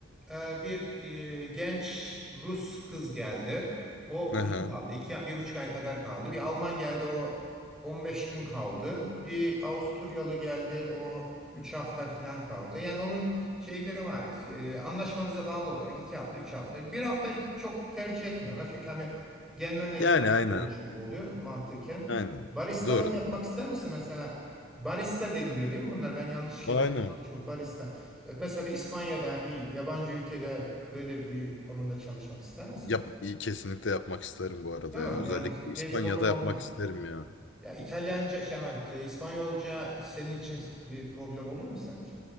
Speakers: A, in the centre; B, on the left (about 60°).
A: e, bir e, genç Rus kız geldi. O uzun
B: Aha.
A: kaldı. iki, bir buçuk ay kadar kaldı. Bir Alman geldi o 15 gün kaldı. Bir Avusturyalı geldi o 3 hafta falan kaldı. Yani onun şeyleri var. e, anlaşmanıza bağlı olarak iki hafta 3 hafta. Bir hafta çok tercih etmiyorlar. Çünkü hani gelmenle
B: Yani
A: gitmen
B: aynen.
A: bir olmuş gibi oluyor mantıken.
B: Aynen.
A: Baristalık
B: Doğru
A: yapmak
B: doğru.
A: ister misin mesela? Barista deniliyor değil mi bunlar? Ben yanlış kelime
B: Aynen.
A: kullanmışım. Barista. Bak mesela bir İspanya'da, bir yabancı ülkede böyle bir konumda çalışmak ister misin?
B: Yap, iyi kesinlikle yapmak isterim bu arada
A: Değil
B: ya.
A: mi?
B: Özellikle
A: Yani
B: İspanya'da
A: şey sorun olmaz.
B: yapmak isterim ya.
A: Ya İtalyanca, şey aman, te- İspanyolca senin için bir problem olur mu sence?